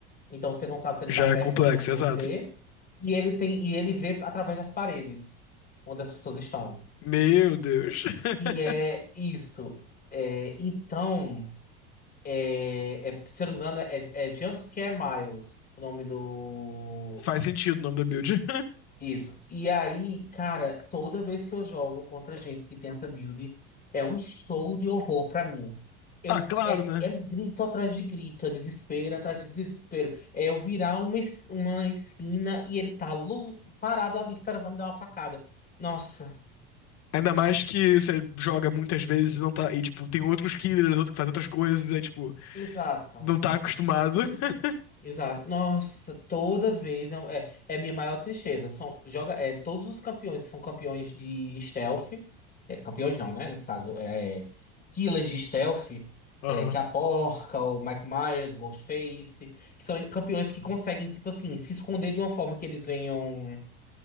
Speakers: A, on the left (about 30°); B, on the left (about 50°).
A: Então você não sabe se ele
B: Já
A: tá perto
B: é complexo,
A: ou longe de você.
B: exato.
A: E ele tem, e ele vê através das paredes onde as pessoas estão.
B: Meu Deus. <laughs>
A: E é isso. É, então, é, é, se eu não me engano, é, é Jumpscare Miles, o nome do.
B: Faz sentido o nome da build. <laughs>
A: Isso. E aí, cara, toda vez que eu jogo contra gente que tem essa build, é um show de horror pra mim. Eu,
B: Ah, claro,
A: é,
B: né?
A: é grito atrás de grito, é desespero atrás de desespero. É eu virar uma, es- uma esquina e ele tá lu- parado ali esperando pra me dar uma facada. Nossa,
B: Ainda mais que você joga muitas vezes e não tá. E, tipo, tem outros killers, outro que faz outras coisas, aí, tipo,
A: exato.
B: não tá acostumado. <laughs>
A: Exato. Nossa, toda vez é, um- é, é minha maior tristeza. São, joga, é, todos os campeões que são campeões de stealth, é, campeões não, né? Nesse caso, é, killers de stealth,
B: Aham,
A: é, que é a Porca, o Michael Myers, o Ghostface, que são campeões que conseguem, tipo assim, se esconder de uma forma que eles venham